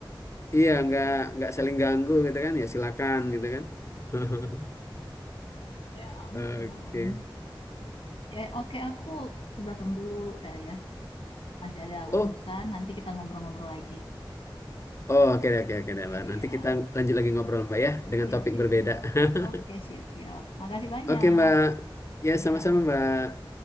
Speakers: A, on the left; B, on the left.
A: Iya, nggak nggak saling ganggu gitu kan ya silakan gitu kan. <laughs>
B: Ya ampun.
A: Oke.
B: Ya oke aku ke belakang dulu kali ya. Masih ada
A: Oh,
B: urusan, nanti kita ngobrol-ngobrol lagi.
A: oh oke deh, oke oke
B: Oke,
A: deh, Mbak. Nanti
B: ya.
A: kita lanjut lagi ngobrol Mbak ya dengan
B: Siap,
A: topik
B: siap,
A: berbeda.
B: siap.
A: <laughs>
B: Oke, siap-siap. Makasih banyak.
A: Oke Mbak. Ya sama-sama
B: Ya.
A: Mbak.